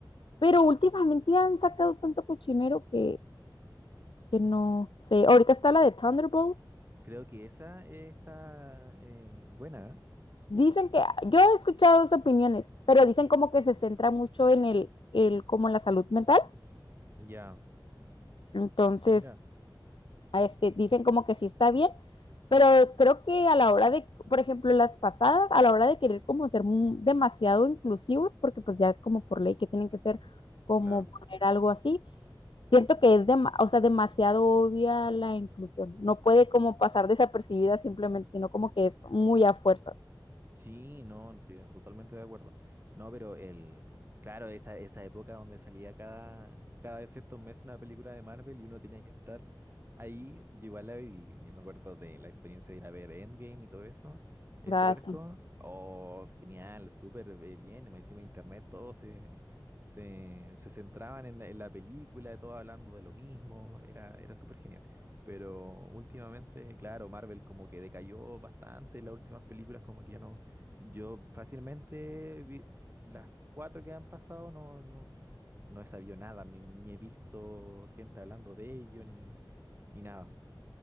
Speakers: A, on the left; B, on the right.
A: Pero últimamente han sacado tanto cochinero que, que no sé. Ahorita está la de Thunderbolts.
B: Creo que esa eh, está eh, buena.
A: Dicen que, yo he escuchado dos opiniones, pero dicen como que se centra mucho en el, el como en la salud mental.
B: ¿eh? Ya,
A: Entonces,
B: mira,
A: a este, dicen como que sí está bien, pero creo que a la hora de, por ejemplo, las pasadas, a la hora de querer como ser mu- demasiado inclusivos, porque pues ya es como por ley que tienen que ser como
B: claro.
A: poner algo así, siento que es dema- o sea, demasiado obvia la inclusión. No puede como pasar desapercibida simplemente, sino como que es muy a fuerzas,
B: Sí, no, tie- totalmente de acuerdo. No, pero el, claro, esa, esa época donde salía cada, cada ciertos meses una película de Marvel y uno tenía que estar ahí, yo igual la viví. Yo me acuerdo de la experiencia de ir a ver Endgame y todo eso, ese
A: ¿verdad?
B: arco,
A: Así
B: oh, genial, súper eh, bien, más encima internet, todos se, se, se centraban en la, en la película, todos hablando de lo mismo, era, era súper genial. Pero últimamente, claro, Marvel como que decayó bastante, las últimas películas como que ya no yo fácilmente vi- las cuatro que han pasado no, no, no he sabido nada, ni, ni he visto gente hablando de ello, ni, ni nada.